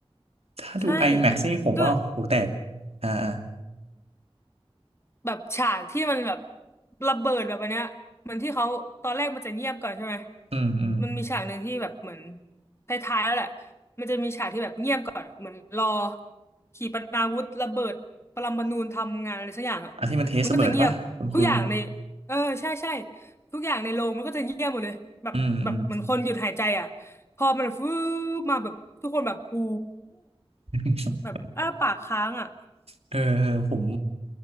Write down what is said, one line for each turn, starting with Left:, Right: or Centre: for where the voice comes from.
Right: ถ้าดู
Left: ใช่
Right: IMAX นี่ผมว่าหูแตก
Left: ด้วย
Right: อ่าอ่า
Left: แบบฉากที่มันแบบระเบิดแบบอันเนี้ยเหมือนที่เขาตอนแรกมันจะเงียบก่อนใช่ไหม
Right: อืมอืม
Left: มันมีฉากหนึ่งที่แบบเหมือนท้ายๆแล้วแหละมันจะมีฉากที่แบบเงียบก่อนอะเหมือนรอขีปนาวุธระเบิดปรมาณูทำงานอะไรสักอย่างอ่ะมันก็จะเงียบทุกอย่างใน
Right: อันที่มันเทสระเบิดปะคุณคุณ
Left: เออใช่ใช่ทุกอย่างในโรงมันก็จะเงียบหมดเลยแบบแบบเหมือนคนหยุดหายใจอ่ะ
Right: อืมอืม
Left: พอมันฟื้บมาแบบทุกคนแบบหู
Right: <laughs>
Left: แบบอ้าปากค้างอ่ะ
Right: เออผม